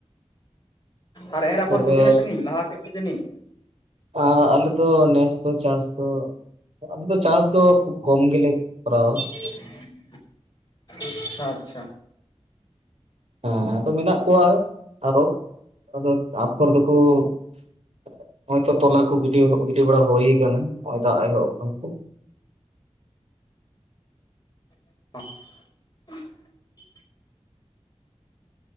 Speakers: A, on the left; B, on the right.
A: ᱟᱨ ᱮᱨ ᱟᱯᱷᱚᱨ
B: ᱛᱚᱵᱮ
A: ᱠᱚ ᱛᱤᱱᱟᱹᱜ ᱥᱟᱺᱜᱤᱧ ᱞᱟᱦᱟ ᱠᱮᱫ ᱯᱮ ᱡᱟᱹᱱᱤᱡ?
B: ᱟ ᱟᱞᱮ ᱫᱚ ᱱᱮᱥ ᱫᱚ ᱪᱟᱥ ᱫᱚ ᱟᱞᱮ ᱫᱚ ᱪᱟᱥ ᱫᱚ ᱠᱷᱩᱵ ᱠᱚᱢ ᱜᱮᱞᱮ ᱠᱚᱨᱟᱣᱟ᱾
A: <unintelligible> ᱟᱪᱪᱷᱟ ᱟᱪᱪᱷᱟ
B: ᱦᱮᱸ ᱟᱫᱚ ᱢᱮᱱᱟᱜ ᱠᱚᱣᱟ ᱟᱨᱚ ᱟᱫᱚ ᱟᱯᱷᱚᱨ ᱫᱚᱠᱩ <unintelligible> ᱢᱛ ᱛᱚᱞᱟ ᱜᱤ ᱜᱤᱰᱤ ᱵᱟᱲᱟ ᱦᱩᱭᱟᱠᱟᱱᱟ ᱱᱚᱜᱚᱭ ᱫᱟᱜ ᱮᱦᱚᱵ ᱟᱠᱟᱱ ᱛᱮ ᱠᱚ
A: <unintelligible>